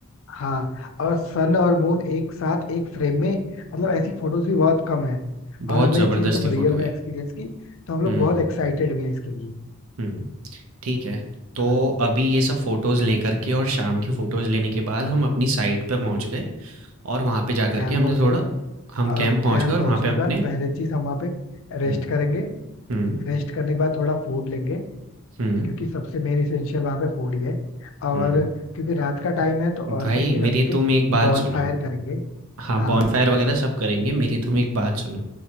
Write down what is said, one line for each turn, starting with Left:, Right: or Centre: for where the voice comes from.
Left: हाँ और सन और मून एक साथ एक फ्रेम में मतलब ऐसी फोटोज भी बहुत कम है और
Right: बहुत
Left: हमने
Right: ज़बरदस्त
Left: ये चीज एकदम
Right: ही
Left: रियल
Right: फ़ोटो
Left: में
Right: आई।
Left: एक्सपीरियंस की तो हम लोग
Right: हुँ,
Left: बहुत एक्साइटेड भी हैं इसके लिए
Right: हुँ। ठीक है। तो
Left: हाँ
Right: अभी ये सब फ़ोटोज़ लेकर के और शाम की फ़ोटोज़ लेने के बाद हम अपनी साइट पे पहुँच गए और वहाँ पे जाकर
Left: कैंप
Right: के हमने
Left: पहुंच
Right: थोड़ा
Left: गए
Right: हम
Left: अब
Right: कैंप पहुँच
Left: कैंप
Right: गए और
Left: पहुंचने
Right: वहाँ पे अपने
Left: के बाद पहले चीज हम वहाँ पे रेस्ट
Right: हुँ,
Left: करेंगे
Right: हुँ,
Left: रेस्ट करने के बाद थोड़ा फूड लेंगे
Right: हुँ,
Left: क्योंकि सबसे मेन इसेंशियल वहाँ पे फूड ही है और
Right: हुँ।
Left: क्योंकि रात का टाइम है तो और
Right: भाई
Left: कुछ नहीं कर
Right: मेरी
Left: सकते
Right: तुम एक बात
Left: बॉन
Right: सुनो
Left: फायर करेंगे
Right: हाँ,
Left: हाँ
Right: बॉनफायर वग़ैरह सब करेंगे, मेरी तुम एक बात सुनो।